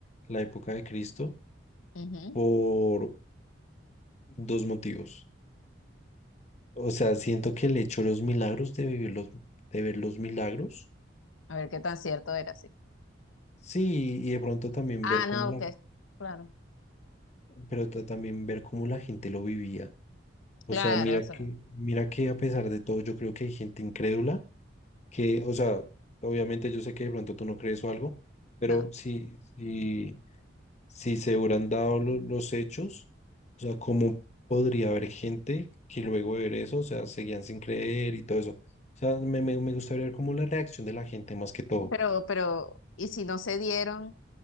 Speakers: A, on the left; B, on the left.
A: la época de Cristo
B: Ujú.
A: por dos motivos. O sea, siento que el hecho de los milagros, de vivir los, de ver los milagros,
B: A ver qué tan cierto era, sí.
A: sí, y de pronto también
B: Ah,
A: ver cómo
B: no,
A: la,
B: que claro.
A: pero ta- también ver cómo la gente lo vivía. O
B: Claro,
A: sea, mira
B: o sea,
A: que, mira que a pesar de todo, yo creo que hay gente incrédula que, o sea, obviamente yo sé que de pronto tú no crees o algo, pero
B: no.
A: si, si, si se hubieran dado lo- los hechos, o sea, ¿cómo podría haber gente que luego de ver eso, o sea, seguían sin creer y todo eso? O sea, me, me, me gustaría ver como la reacción de la gente más que todo.
B: Pero, pero, ¿y si no se dieron?